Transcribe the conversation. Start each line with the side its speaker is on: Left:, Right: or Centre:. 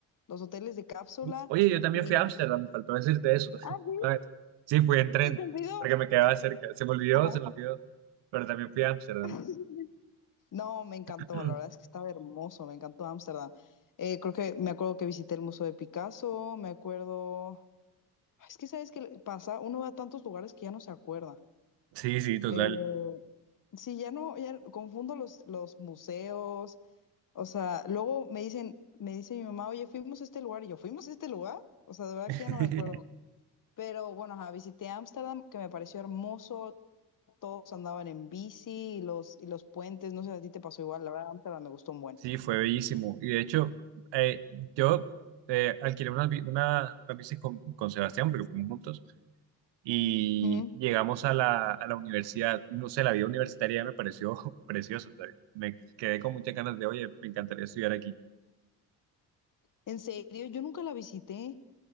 Left: los hoteles de cápsula
Right: Uf. Oye, yo también
Left: y
Right: fui a Ámsterdam, me faltó decirte eso. <laughs>
Left: ah, sí,
Right: Una vez. Sí, fui en tren,
Left: se te olvidó.
Right: porque me quedaba cerca. Se me olvidó,
Left: Ajá.
Right: se me olvidó, pero también fui a Ámsterdam.
Left: <laughs> No, me encantó,
Right: <clears throat>
Left: la verdad es que estaba hermoso, me encantó Ámsterdam. Eh, creo que me acuerdo que visité el Museo de Picasso, me acuerdo Es que sabes que pasa, uno va a tantos lugares que ya no se acuerda.
Right: Sí, sí, total.
Left: Eh, sí, ya no, ya confundo los, los museos. O sea, luego me dicen, me dice mi mamá, oye, fuimos a este lugar y yo, ¿fuimos a este lugar? O sea, de verdad
Right: <clears throat>
Left: que ya no me acuerdo. Pero bueno, ajá, visité Ámsterdam, que me pareció hermoso, todos andaban en bici y los, y los puentes, no sé si a ti te pasó igual, la verdad, Ámsterdam me gustó un buen.
Right: Sí, fue bellísimo. Y de hecho, eh, yo eh, alquilé una, bi- una, una bici con, con Sebastián, porque fuimos juntos, y
Left: Ujú.
Right: llegamos a la, a la universidad. Y no sé, la vida universitaria me pareció <laughs> preciosa. o Me quedé con muchas ganas de, oye, me encantaría estudiar aquí.
Left: En serio, yo nunca la visité.